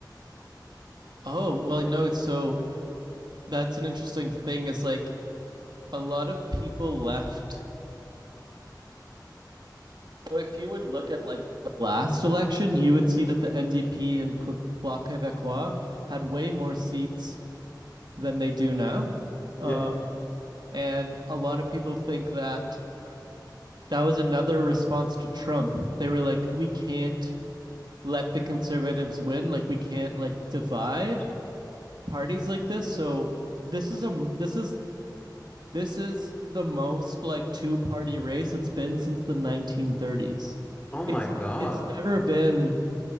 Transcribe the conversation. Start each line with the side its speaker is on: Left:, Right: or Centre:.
Right: Oh, well no, it's so that's an interesting thing is like a lot of people left so if you would look at like the last election, you would see that the NDP and Bloc Québécois had way more seats than they do now. Uh,
Left: Yeah.
Right: and a lot of people think that that was another response to Trump. They were like, we can't let the conservatives win. Like we can't like divide parties like this. So this is a this is this is the most like two party race it's been since the 1930s.
Left: Oh my
Right: It's
Left: God.
Right: it's never been